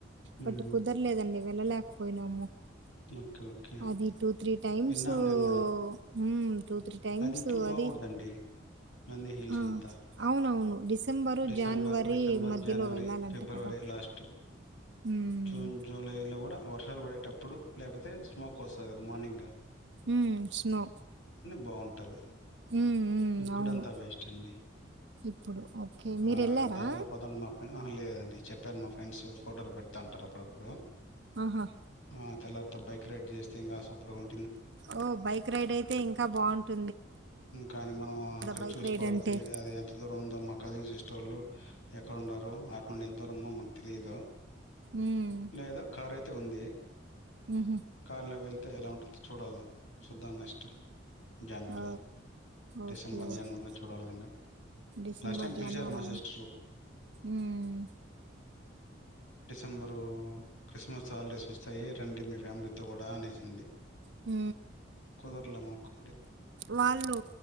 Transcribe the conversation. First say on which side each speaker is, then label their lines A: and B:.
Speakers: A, on the left; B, on the right.
A: హ్మ్.
B: బట్ కుదర లేదండి వెళ్ళలేక పోయినము
A: ఓకే. ఓకే.
B: అది టూ త్రీ టైమ్స్
A: విన్నాను
B: ఊ
A: నేను గూడా.
B: ఉమ్ టూ త్రీ టైమ్స్
A: అది ఇప్పుడు బాగుండదండి
B: అది
A: నంది హిల్స్
B: ఆ
A: అంతా
B: అవునవును డిసెంబరు
A: డిసెంబర్
B: జనవరి
A: డిసెంబర్
B: మధ్యలో
A: జనవరి
B: వెళ్ళాలంట
A: ఫిబ్రవరి
B: కదా
A: లాస్ట్
B: మ్మ్
A: జూన్ జూలైలో కూడా వర్షాలు పడేటప్పు పుడు లేకపోతే స్మోక్ వస్తది కదా మార్నింగ్ గా
B: ఉమ్ స్నో
A: బాం టది
B: మ్మ్ మ్మ్
A: ఇప్పుడు
B: అవును
A: అంత వేస్ట్ అండి
B: ఇప్పుడు ఓకే మీరు
A: ఆ
B: వెళ్ళారా
A: దారిలో పోతాం మా ఫ ఆహా లేదండి చెప్పారు మా ఫ్రెండ్స్ ఫోటోలు పెడుతంటారు అప్పుడప్పుడు
B: ఆహా
A: ప్పుడు ఆ తల బైక్ రైడ్ చేస్తే ఇంకా సూపర్గా ఉం
B: ఓ బైక్ రైడ్ అయితే ఇంకా బాగుంటు
A: కాని మనం అక్కడ
B: బైక్
A: చూసుకోవాలి
B: రైడ్ అంటే
A: పిల్లి అది ఎంత దూరం ఉందో మా కజిన్ సిస్ సోలో ఎక్కడ ఉండారో వాటి నుండి ఎంతరమో మకు తెలియదు
B: మ్మ్
A: లేదా కారైత్ ఉంది
B: ఉహు
A: కార్ల వెెల్త్ అంతే ఎలా ఉంటుందో చూడాల చూద్దాం నెక్స్ట్ జనవరిలో,
B: ఓ
A: డిసెంబర్,
B: ఓకే ఓకే
A: జనవరిలో చూడాలి ఇంకా
B: డిసెంబర్
A: లాస్ట్ టైం
B: జనవరి
A: పిలిచారు మా
B: అని
A: సిస్టరు
B: ఉమ్
A: డిసెంబరు క్రిస్మస్ హాలిడేస్ వస్తాయి రండి మీ ఫ్యామిలీ కూడా అనేసింది.
B: హు
A: కుదర్లమాకు
B: వాళ్ళు